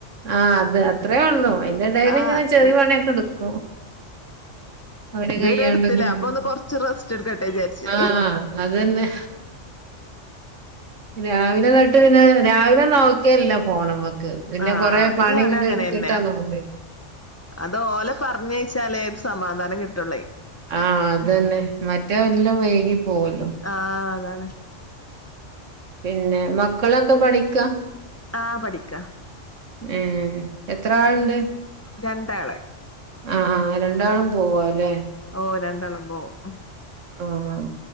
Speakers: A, on the right; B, on the left.
A: ആഹ് അത് അത്രേ ഒള്ളൂ അയിന്റെ എടേല്
B: ആഹ്
A: ഇങ്ങനെ
B: അത്രേ
A: ചെറിയ
B: ഒള്ളു
A: പണിയൊക്കെ എടുക്കും അവരെ
B: ഇതുവരെ
A: കൈയ്യോണ്ടൊക്കെ
B: ഇട്ത്തില്ലേ അപ്പൊ ഒന്ന് കൊറച്ച് റസ്റ്റ് എടുക്കട്ടെ വിചാരിച്ചു
A: ആഹ് അതന്നെ രാവിലെ ഇന്നെട്ട് പിന്നെ രാവിലെ നോക്കേല്ല ഫോണ് മ്മക്ക് പിന്നെ
B: ആഹ്
A: കൊറേ
B: അത്
A: പണിങ്ങട്ട്
B: ഞാനും അങ്ങനെന്നെ
A: എടുത്തിട്ടാ നോക്ക
B: അത് ഓലെ പറഞ്ഞയ്ച്ചാലേ ഒരു സമാധാനം കിട്ടൊള്ളേ
A: ആഹ്, അത് തന്നെ. മറ്റേ എല്ലാം വൈകി പോവല്ലോ?
B: ആഹ്, അതാണ്.
A: പിന്നെ, മക്കളൊക്കെ പഠിക്കാ.
B: ആഹ്, പഠിക്ക.
A: ഏ, എത്ര ആളുണ്ട്?
B: രണ്ടാള്
A: ആഹ്, ആഹ്, രണ്ടാളും പോവാ അല്ലേ.
B: ഓ, രണ്ടാളും പോവും
A: ആഹ്,